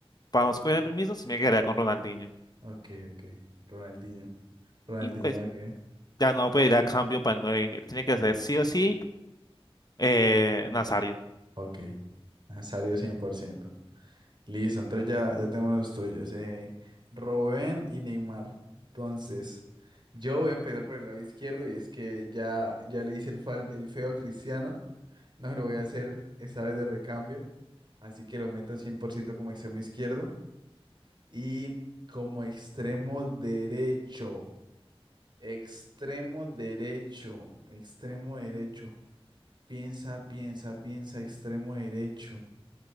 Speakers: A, on the left; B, on the right.
A: para no escoger el mismo, se me quedaría con Ronaldinho.
B: Ok, ok. Ronaldinho. Ronaldinho,
A: Y pues
B: ok.
A: ya no pediría cambio para el 9. tiene que ser sí o sí eh, Nazario.
B: Ok. Nazario 100%. Listo, entonces ya, ya tenemos los tuyos. Eh, Robben y Neymar. Entonces, yo voy a empezar por el lado izquierdo y es que ya, ya le hice el, fal- el feo a Cristiano. No lo voy a hacer esta vez de recambio. Así que lo meto 100% como extremo izquierdo. Y como extremo derecho. Extremo derecho. Extremo derecho. Piensa, piensa, piensa, extremo derecho.